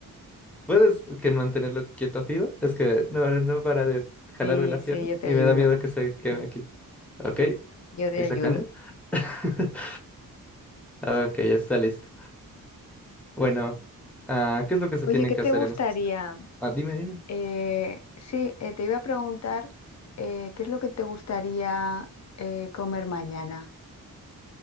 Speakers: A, in the centre; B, on the left (about 50°).
A: ¿Puedes que mantenerlo quieto, Fido? Es que no, no para de jalarme
B: Sí,
A: la
B: sí,
A: pierna
B: yo te
A: y
B: ayudo.
A: me da miedo que se queme
B: Mm,
A: aquí. Ok,
B: Yo te
A: voy
B: ayudo.
A: sacando. <laughs> Ok, ya está listo. Bueno, ah, ¿qué es lo que se
B: Oye,
A: tiene
B: ¿qué
A: que
B: te
A: hacer
B: gustaría?
A: en este? Ah, dime, dime.
B: Eh, sí, eh, te iba a preguntar eh, ¿qué es lo que te gustaría eh, comer mañana?